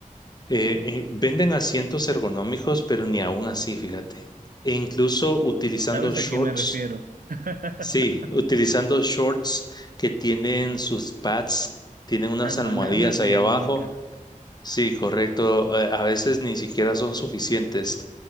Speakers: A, on the left; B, on the right.
A: eh, eh, venden asientos ergonómicos, pero ni aún así, fíjate. E incluso utilizando
B: ¿Sabes
A: shorts.
B: a qué me refiero? <laughs>
A: Sí, utilizando shorts que tienen sus pads, tienen unas
B: Las
A: almohadillas
B: bananas
A: ahí
B: le llaman
A: abajo.
B: acá.
A: Sí, correcto. eh, A veces ni siquiera son suficientes.